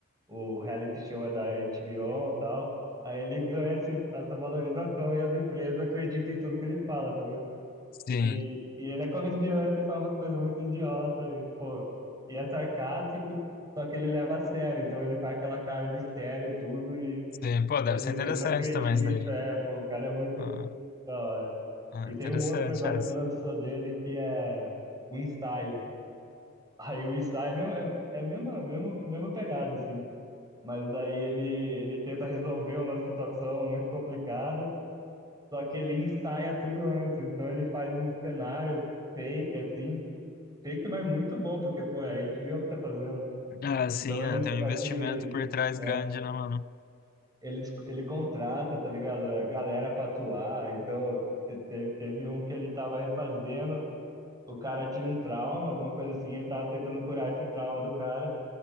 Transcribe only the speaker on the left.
sim,
sim. Pô, deve
ser
interessante
também isso daí.
Ah,
ah,
interessante
essa.
Ah, sim,
né?
Tem um
investimento
por trás
grande, né, mano?